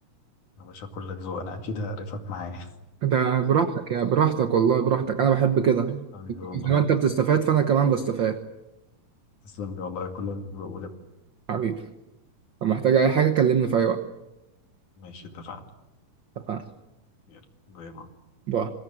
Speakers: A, on the left; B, on the right.
A: يا باشا كلك ذوق انا اكيد هقرفك معايا <laughs>
B: ده براحتك يا براحتك والله براحتك انا بحب كده
A: حبيبي والله
B: زي ما انت بتستفاد فانا كمان بستفاد
A: تسلم لي والله كلك ذوق ولب
B: حبيبي لو محتاج اي حاجة كلمني في اي وقت
A: ماشي اتفقنا
B: اتفقنا
A: يلا باي باي
B: باي